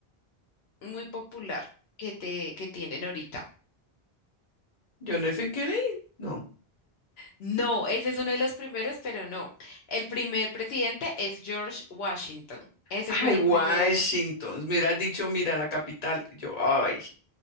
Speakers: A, on the left (about 75°); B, on the left (about 40°).
A: muy popular que te, que tienen ahorita.
B: John F. Kennedy. No.
A: No, ese es uno de los primeros, pero no. El primer presidente es George Washington. Ese
B: Ay,
A: fue el
B: Washington.
A: primer
B: Mira, has dicho, mira, la capital. Yo, ay.